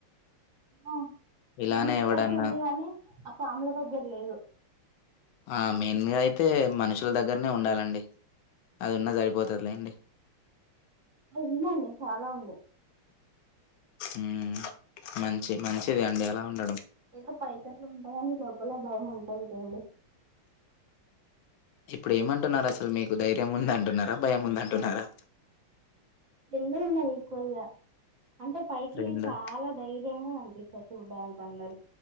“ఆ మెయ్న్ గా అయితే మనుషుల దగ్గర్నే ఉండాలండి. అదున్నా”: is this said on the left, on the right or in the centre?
Left